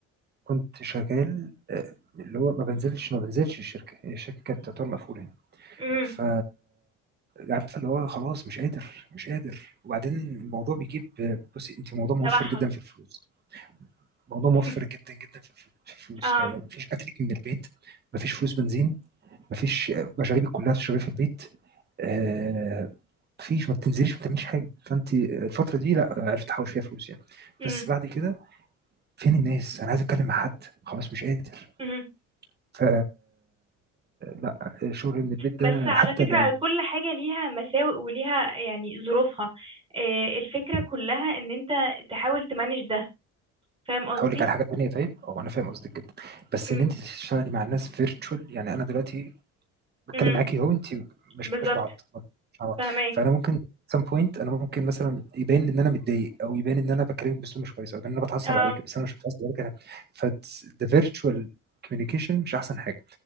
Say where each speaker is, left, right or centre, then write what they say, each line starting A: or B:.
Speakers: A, on the right; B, on the right.
A: كنت شغال آه، اللي هو ما بنزلش ما بنزلش الشركة الشركة كانت تعتبر مقفولة
B: امم
A: ف عارفه اللي هو خلاص مش قادر مش قادر وبعدين الموضوع بيجيب بصي انت موضوع موفر
B: توحد
A: جدا في الفلوس موضوع
B: <laughs>
A: موفر جدا جدا في الف- في الفلوس
B: اه
A: يعني مفيش اكلك من البيت مفيش فلوس بنزين مفيش مشاريبك كلها بتشربيها في البيت آه مفيش ما بتنزليش ما بتعمليش حاجه فانت الفتره دي لا عرفت احوش فيها فلوس يعني
B: مهم.
A: بس بعد كده فين الناس انا عايز اتكلم مع حد خلاص مش قادر
B: مهم.
A: ف لا شغل من البيت
B: بس
A: ده
B: على
A: حتى
B: فكرة
A: لو
B: كل حاجة ليها مساوئ وليها يعني ظروفها آه، الفكرة كلها ان انت تحاول تمانج ده فاهم قصدي؟
A: هاقول لِك على حاجة تانية طيب، هو أنا فاهم قصدِك جدًا، بس
B: مم.
A: إن أنتِ تشتغلي مع الناس virtual يعني أنا دلوقتي باتكلم
B: مم.
A: معاكِ أهو أنتِ ما
B: بالظبط
A: شفناش بعض مش مع بعض،
B: فهماك
A: فأنا ممكن at some point أنا ممكن مثلًا يبان إن أنا متضايق أو يبان إن أنا باكلمِك بأسلوب مش كويس أو يبان إن أنا باتعصب
B: اه
A: عليكِ، بس أنا مش متعصب عليكِ أنا فت the virtual communication مش أحسن حاجة،